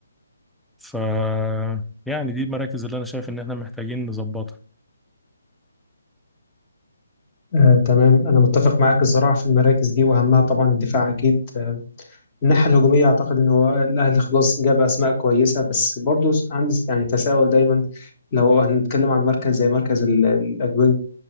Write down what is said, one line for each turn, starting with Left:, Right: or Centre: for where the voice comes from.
Centre: ف يعني دي المراكز اللي انا شايف ان احنا محتاجين نظبطها
Left: آه، تمام أنا متفق معاك الصراحة في المراكز دي وأهمها طبعا الدفاع أكيد الناحية الهجومية أعتقد إن هو الأهلي خلاص جاب أسماء كويسة بس برضو عندي يعني تساؤل دايما لو هنتكلم عن مركز زي مركز ال- ال- الوينج